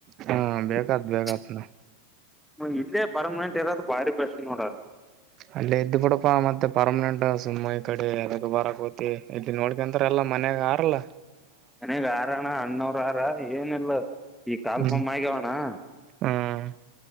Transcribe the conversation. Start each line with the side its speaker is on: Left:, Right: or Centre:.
Right: ಹಾ ಬೇಕಾತ್
Centre: <inaudible>
Right: ಬೇಕಾತ್
Centre: ಮ ಇಲ್ಲೇ ಪರಮನೆಂಟ್ ದು ಭಾರಿ ಫ್ಯಾಷನ್ ನೋಡೋದು.
Right: ಅಲ್ಲೇ ಎದ್ದು ಬಿಡಪಾ ಮತ್ತೆ ಪರ್ಮನೆಂಟ್ ಸುಮ್ಮ್ ಈ ಕಡೆ ಎದಕ್ ಬರಕ್ ಹೋಯಿತಿ ಇಲ್ಲಿ ನೋಡ್ಕಂತ್ರ. ಅಲ್ಲ ಮನ್ಯಾಗ ಹರಲ್ಲ.
Centre: ಮನಗ್ ಆರಣ ಅಣ್ಣವ್ರ ಹರ ಏನಿಲ್ಲ ಈ ಕಾಲ್ಫೊಮ್ಮ್
Right: ಹ್ಮ್
Centre: ಆಗವಣ್ಣ. <inaudible>
Right: ಹ್ಮ್